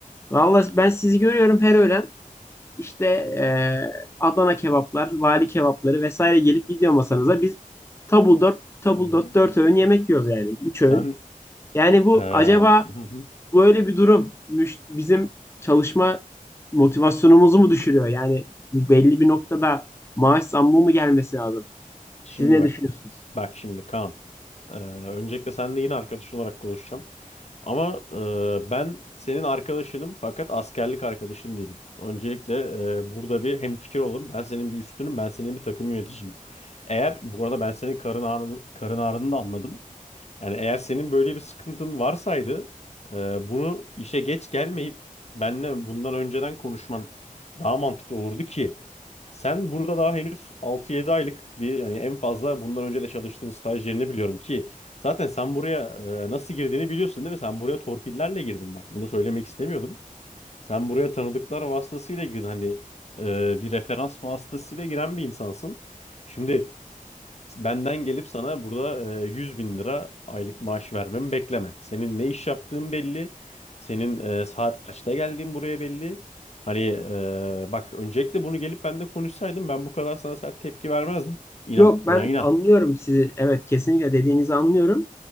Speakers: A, on the left (about 20°); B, on the left (about 50°).
A: Vallahi ben sizi görüyorum her öğlen. İşte e, Adana kebaplar, vali kebapları vesaire gelip gidiyor masanıza. Biz tabul 4 tabul
B: hmm.
A: 4 4 öğün yemek yiyoruz yani. üç
B: Sen
A: öğün. Yani bu
B: e,
A: acaba
B: <laughs>
A: böyle bir durum müş- bizim çalışma motivasyonumuzu mu düşürüyor? Yani bu belli bir noktada maaş zammı mı gelmesi lazım?
B: Şimdi
A: Siz ne
B: bak.
A: düşünüyorsunuz?
B: Bak şimdi Kaan. Ee, öncelikle seninle yine arkadaşın olarak konuşacağım. Ama e, ben senin arkadaşınım fakat askerlik arkadaşın değilim. Öncelikle e, burada bir hemfikir olalım. Ben senin bir üstünüm, ben senin bir takım yöneticim. Eğer bu arada ben senin karın ağrını, karın ağrını da anladım. Yani eğer senin böyle bir sıkıntın varsaydı e, bunu işe geç gelmeyip benle bundan önceden konuşman daha mantıklı olurdu ki sen burada daha henüz altı yedi aylık bir yani en fazla bundan önce de çalıştığın staj yerini biliyorum ki zaten sen buraya e, nasıl girdiğini biliyorsun değil mi? Sen buraya torpillerle girdin bak bunu söylemek istemiyordum. Sen buraya tanıdıklar vasıtasıyla girdin hani e, bir referans vasıtasıyla giren bir insansın. Şimdi Benden gelip sana burada e, 100 bin lira aylık maaş vermemi bekleme. Senin ne iş yaptığın belli. Senin e, saat kaçta geldiğin buraya belli. Hani e, bak öncelikle bunu gelip bende konuşsaydın ben bu kadar sana sert tepki vermezdim. İnan,
A: Yok ben
B: buna inan.
A: anlıyorum sizi. Evet kesinlikle dediğinizi anlıyorum.